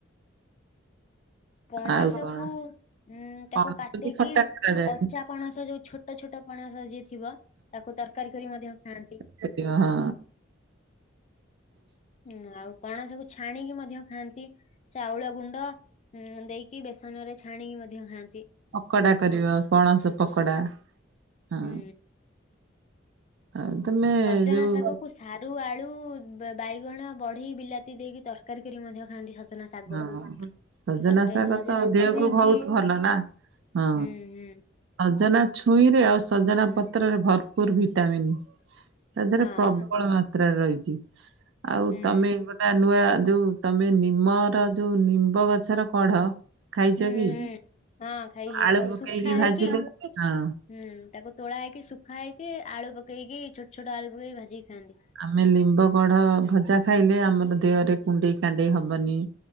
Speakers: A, on the left; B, on the right.
A: ପଣସ
B: ଆଉ କଣ
A: କୁ ଉ ତାକୁ
B: ପଣସ
A: କାଟିକି
B: ବି ଖଟା କରାଯାଏ
A: କଞ୍ଚା ପଣସ ଯୋଉ ଛୋଟ ଛୋଟ ଛୋଟ ପଣସ ଯିଏ ଥିବ ତାକୁ ତରକାରୀ କରି ମଧ୍ୟ ଖାଆନ୍ତି।
B: ସେତିକ ହଁ।
A: ହଁ ଆଉ ପଣସକୁୁ ଛାଣିକି ମଧ୍ୟ ଖାଆନ୍ତି। ଚାଉଳ ଗୁଣ୍ଡ ଦେଇକି କି ବେସନରେ ଛାଣିକି ମଧ୍ୟ ଖାଆନ୍ତି।
B: ପକୋଡା କରିବ ପଣସ ପକୋଡା। ହଁ
A: ହୁଁ।
B: ଆଉ ତମେ
A: ସଜନା
B: ଯୋଉ
A: ଶାଗକୁ ସାରୁ ଆଳୁ ବାଇଗଣ ବଢି ବିଲାତି ଦେଇକି ତରକାରୀ କରି ମଧ୍ୟ ଖାଆନ୍ତି ସଜନା ଶାଗକୁ।
B: ହଁ ସଜନା
A: ତାପରେ
B: ଶାଗ
A: ସଜନା
B: ତ ଦେହକୁ
A: ଛୁଇଁକି
B: ବହୁତ ଭଲ ନା। ହଁ।
A: ହୁଁ ହୁଁ
B: ସଜନା ଛୁଇଁରେ ଆଉ ସଜନା ପତ୍ରରେ ଭରପୁର ଭିଟାମିନ୍। ତା ଦେହାର
A: ହଁ
B: ପ୍ରବଳ ମାତ୍ରାରେ ରହିଛି। ଆଉ
A: ହୁଁ
B: ତମେ ଗୋଟା ନୂଆ ଯୋଉ ତମେ ନିମର ଯୋଉ ନିମ୍ବ ଗଛର କଢ ଖାଇଛ
A: ହୁଁ
B: କି
A: ହୁଁ ହଁ ଖାଇଛି
B: ଆଳୁ
A: ତାକୁ
B: ପକେଇକି
A: ଶୁଖା ହେଇକି
B: ଭାଜିଲେ ହଁ
A: ହୁଁ ତାକୁ ତୋଳା ହେଇକି ଶୁଖା ହେଇକି ଆଳୁ ପକେଇକି ଛୋଟ ଛୋଟ ଆଳୁ ପକେଇକି ଭାଜିକି ଖାଆନ୍ତି
B: ଆମେ ଲିମ୍ବ କଢ ଭଜା ଖାଇଲେ ଆମର ଦେହରେ କୁଣ୍ଡେଇ କାଣ୍ଡେଇ ହବନି